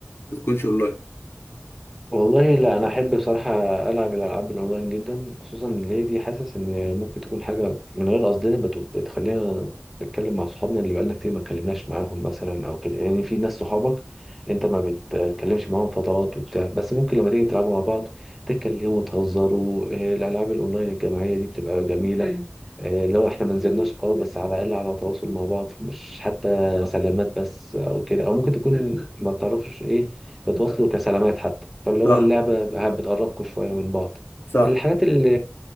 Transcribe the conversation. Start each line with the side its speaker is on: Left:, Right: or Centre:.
Left: ما تكونش اونلاين
Centre: والله لا انا احب بصراحه العب الالعاب الاونلاين جدا خصوصا ان هي دي حاسس ان ممكن تكون حاجه من غير قصدنا بت- بتخلينا نتكلم مع صحابنا اللي بقالنا كتير ما اتكلمناش معاهم مثلا او كده يعني في ناس صحابك انت ما بتتكلمش معاهم فترات وبتاع بس ممكن لما تيجي تلعبوا مع بعض تتكلموا وتهزروا آه، الالعاب الاونلاين الجماعيه دي بتبقى جميله أيوة. آه، لو احنا ما نزلناش اه بس على الاقل على تواصل مع بعض مش حتى سلامات بس او كده او ممكن تكون ما بتعرفش ايه بتوصلوا كسلامات حتى فاللي
Left: صح
Centre: هو اللعبة بقى بتقربكوا شوية من بعض
Left: صح
Centre: الحاجات اللي,